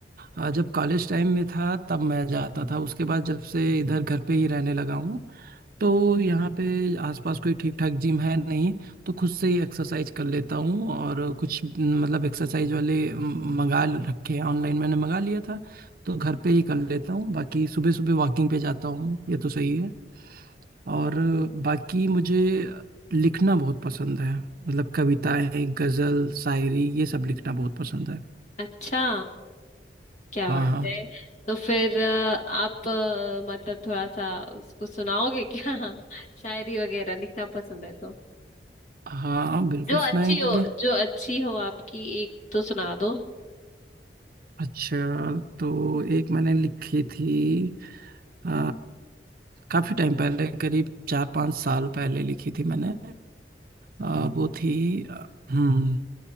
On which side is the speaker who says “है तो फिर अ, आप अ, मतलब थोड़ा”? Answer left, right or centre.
Left